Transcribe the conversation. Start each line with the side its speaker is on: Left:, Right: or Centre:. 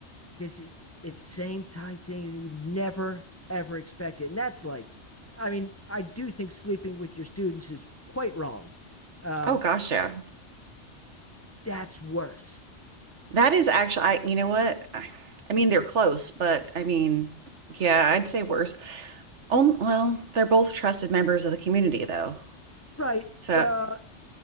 Left: Because it, it's same type thing and you never, ever expect it. And that's like, I mean, I do think sleeping with your students is quite wrong. Um,
Right: Oh gosh, yeah.
Left: that's worse.
Right: That is actually I you know what? I, I mean they're close, but I mean, yeah, I'd say worse. On, well, they're both trusted members of the community, though.
Left: Right.
Right: So,
Left: Well, Uh,